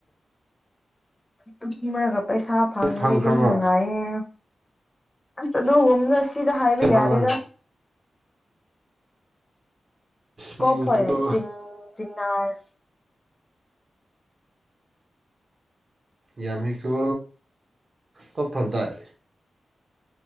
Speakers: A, on the left (about 15°); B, on the right (about 45°).
A: ꯇꯨꯡ ꯃꯔꯒ ꯄꯩꯁꯥ ꯐꯪꯕꯗꯤ
B: ꯐꯪꯈ꯭ꯔꯕꯣ
A: ꯑꯗꯨꯝ ꯅꯨꯡꯉꯥꯏꯌꯦ ꯑꯗꯣ ꯍ ꯗ ꯍꯥꯏꯌꯦꯕꯤ
B: ꯐꯪꯈ꯭ꯔꯕ
A: ꯌꯥꯗꯦꯗ
B: ꯃꯤ
A: ꯀꯣꯞ
B: ꯃꯆꯥꯗꯣ
A: ꯍꯣꯞ ꯆꯤꯡ ꯆꯤꯡꯅꯔ ꯎꯝ
B: ꯌꯥꯃꯤꯀꯣ ꯀꯞꯐꯕꯗꯏ